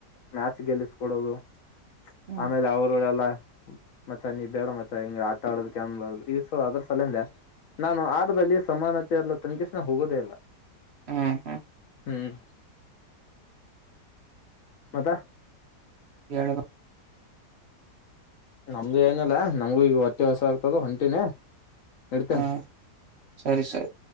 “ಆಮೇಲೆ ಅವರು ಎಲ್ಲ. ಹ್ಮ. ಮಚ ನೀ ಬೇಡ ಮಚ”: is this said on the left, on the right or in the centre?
Left